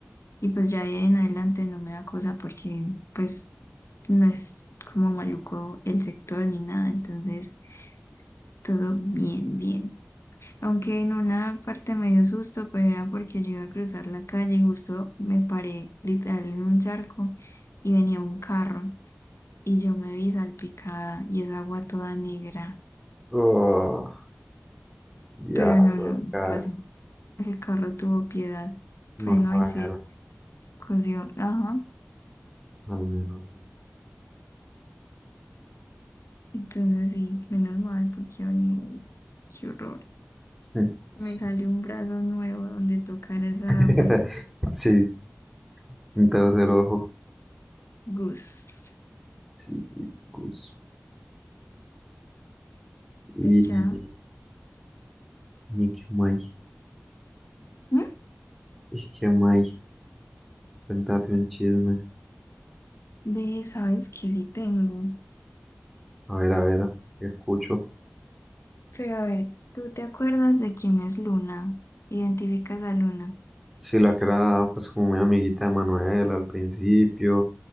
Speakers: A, on the left; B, in the centre.
A: Y pues ya de ahí en adelante no me da cosa porque pues no es como maluco el sector ni nada, entonces todo bien, bien. Aunque en una parte me dio susto, pero era porque yo iba a cruzar la calle y justo me paré literal en un charco y venía un carro. y yo me vi salpicada y esa agua toda negra.
B: Oh, diablos,
A: Pero no, no, no
B: casa.
A: pasó. El carro tuvo piedad, frenó
B: No te bañaron,
A: y se cosió. Ajá.
B: al menos.
A: Entonces sí, menos mal porque ay, no, qué horror.
B: Sí, sí.
A: Me salió un brazo nuevo donde tocar esa
B: <laughs>
A: agua.
B: Sí, un tercer ojo.
A: Gus.
B: Sí, sí, Gus. Y,
A: Y ya.
B: y, y qué más,
A: ¿Mm?
B: y qué más. Cuéntate un chisme.
A: Ve, sabes que sí tengo.
B: A ver, a ver, escucho.
A: Pero a ver, ¿tú te acuerdas de quién es Luna? ¿Identificas a Luna?
B: Sí, la que era pues como muy amiguita de Manuel al principio,